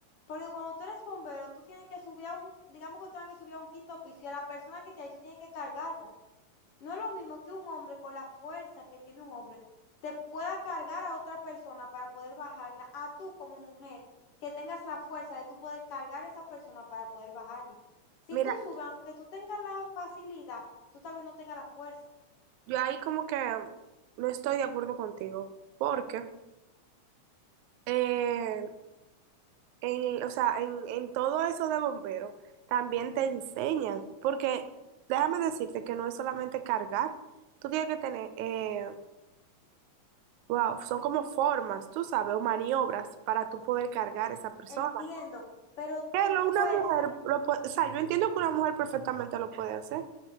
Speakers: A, on the left; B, on the right.
A: Porque cuando tú eres bombero, tú tienes que subir a un, digamos que tú tienes que subir a un quinto piso y a la persona que está ahí tú tienes que cargarla. No es lo mismo que un hombre con la fuerza que tiene un hombre te pueda cargar a otra persona para poder bajarla, a tú como mujer, que tengas la fuerza de tú poder cargar a esa persona para poder bajarla. Si
B: Mira,
A: tú subes, aunque tú tengas la facilidad, tú tal vez no tengas la fuerza.
B: yo ahí como que no estoy de acuerdo contigo, porque eh, en, o sea, en, en todo eso de bombero también te enseñan, porque déjame decirte que no es solamente cargar, tú tienes que tener, eh, wow, son como formas, tú sabes, o maniobras para tú poder cargar esa persona.
A: Entiendo, pero tu
B: Pero
A: fuerza
B: una mujer, lo pu- o sea, yo entiendo que una mujer perfectamente lo puede hacer.